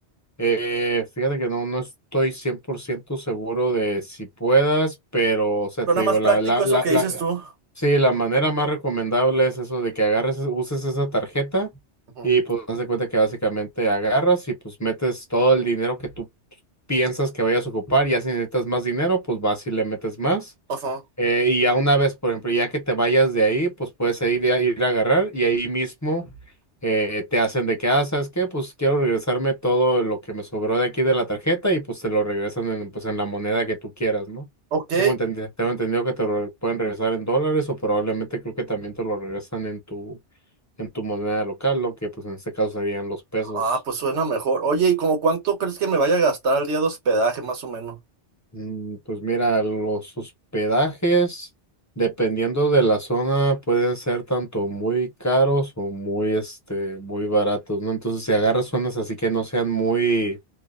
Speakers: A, on the left; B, on the right.
A: Eh, fíjate que no, no estoy 100% seguro de si puedas, pero, o sea,
B: Suena
A: te
B: más
A: digo,
B: práctico
A: la, la,
B: eso
A: la,
B: que
A: la,
B: dices tú.
A: sí, la manera más recomendable es eso de que agarres, uses esa tarjeta
B: Ujú.
A: y pues haz de cuenta que básicamente agarras y pues metes todo el dinero que tú piensas que vayas a ocupar, ya si necesitas más dinero, pues vas y le metes más.
B: Ujú.
A: Eh, y ya una vez, por ejemplo, ya que te vayas de ahí, pues puedes ir a, ir a agarrar y ahí mismo eh, te hacen de que, ah, ¿sabes qué? Pues quiero regresarme todo lo que me sobró de aquí de la tarjeta y pues te lo regresan en, pues, en la moneda que tú quieras, ¿no?
B: Ok.
A: Tengo entendido, tengo entendido que te lo pueden regresar en dólares o probablemente creo que también te lo regresan en tu, en tu moneda local, lo que pues en este caso serían los pesos.
B: Ah, pues suena mejor. Oye, ¿y como cuánto crees que me vaya a gastar al día de hospedaje, más o menos?
A: Mm, Pues mira, los hospedajes, dependiendo de la zona, pueden ser tanto muy caros o muy, este, muy baratos, ¿no? Entonces, si agarras zonas así que no sean muy,